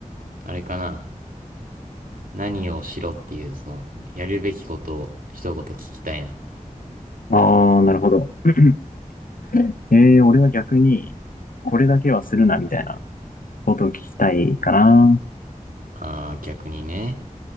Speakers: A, on the right; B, on the left.
A: あれかな。何をしろっていう、その、やるべきことを一言聞きたいな。
B: ああ、なるほど。<clears throat> えー、俺は逆に、これだけはするな、みたいなことを聞きたいかな。
A: ああ、逆にね。